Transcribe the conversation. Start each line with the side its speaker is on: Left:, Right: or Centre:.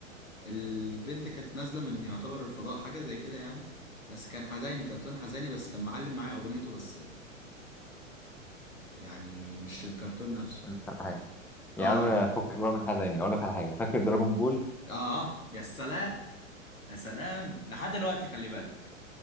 Left: البنت كانت نازلة من يعتبر الفضاء حاجة زي كده يعني بس كان حزيني كرتون حزيني بس كان معلم معايا أغنيته بس آه، يعني مش الكرتون نفسه
Centre: أقول لك على حاجه يا
Left: اه
Centre: عم فكك بقى من الحزيني اقول لك على حاجه فاكر
Left: قول
Centre: دراجون
Left: قول
Centre: بول
Left: اه يا سلام يا سلام لحد دلوقتي خلي بالك